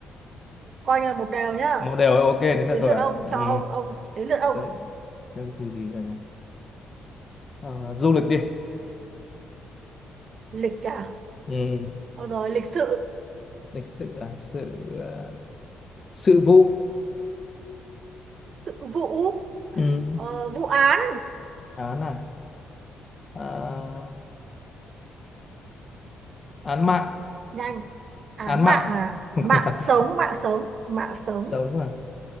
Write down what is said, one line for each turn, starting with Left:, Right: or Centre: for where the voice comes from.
Right: coi như là một đều nhá
Left: một đều ok đến là
Right: đến
Left: tôi
Right: lượt
Left: à
Right: ông cho
Left: ừ.
Right: ông ông đến lượt ông
Left: xem xem cái từ gì rồi nhỉ à, du lịch đi
Right: lịch cả
Left: ừ.
Right: rồi lịch sự
Left: lịch sự à, sự à, sự vụ
Right: sự vụ
Left: ừ.
Right: ờ, vụ án
Left: án à, à án mạng
Right: nhanh án
Left: án mạng
Right: mạng à
Left: <laughs>
Right: mạng sống mạng sống mạng sống
Left: sống à,